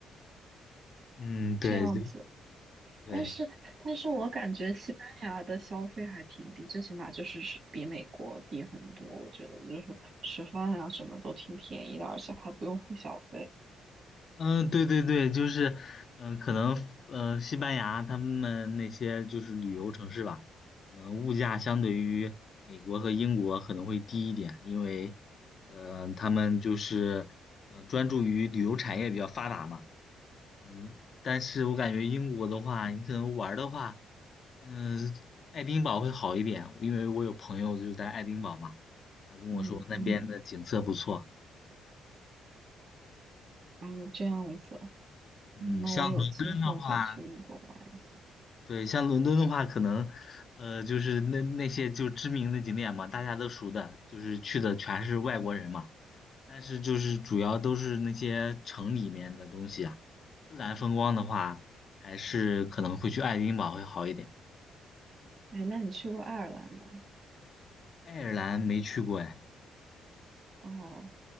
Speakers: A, on the left; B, on the right.
A: 嗯，对，
B: 这样子。
A: 就对。
B: 但是，但是我感觉西班牙的消费还挺低，最起码就是是比美国低很多。我觉得就是吃饭啊什么都挺便宜的，而且还不用付小费。
A: 嗯，对对对，就是，嗯，可能，呃，西班牙他们那些就是旅游城市吧，可能物价相对于美国和英国可能会低一点，因为，呃，他们就是，呃，专注于旅游产业比较发达嘛，嗯，但是我感觉英国的话，你可能玩儿的话，嗯，爱丁堡会好一点，因为我有朋友就在爱丁堡嘛，他跟我说那边的景色不错，
B: 嗯嗯，嗯，这样子，
A: 嗯，
B: 嗯那我有机会就去英国玩一下。
A: 像伦敦的话。对，像伦敦的话，可能，呃，就是那那些就知名的景点嘛，大家都熟的，就是去的全是外国人嘛。但是就是主要都是那些城里面的东西啊，自然风光的话，还是可能会去爱丁堡会好一点。
B: 哎，那你去过爱尔兰吗？
A: 爱尔兰没去过哎，
B: 哦，